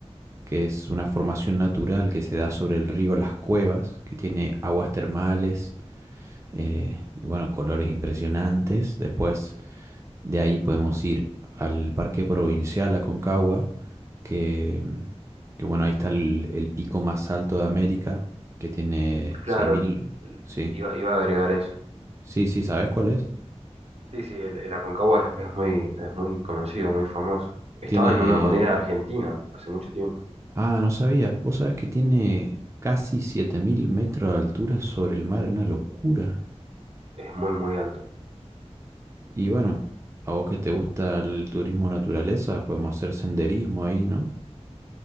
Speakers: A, on the right; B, on the right.
A: que es una formación natural que se da sobre el río Las Cuevas, que tiene aguas termales eh, y bueno, colores impresionantes. Después De ahí podemos ir al Parque Provincial Aconcagua, que, que bueno, ahí está el, el pico más alto de América, que tiene
B: Claro,
A: seis mil Sí,
B: iba, iba a agregar eso.
A: sí, sí, ¿sabes cuál es?
B: Sí, sí, el, el Aconcagua es, es muy, es muy conocido, muy famoso. Estaba
A: Tiene...
B: en una moneda argentina hace mucho tiempo.
A: Ah, no sabía. Vos sabés que tiene casi 7.000 metros de altura sobre el mar, una locura.
B: Es muy, muy alto.
A: Y bueno, a vos que te gusta el turismo naturaleza, podemos hacer senderismo ahí, ¿no?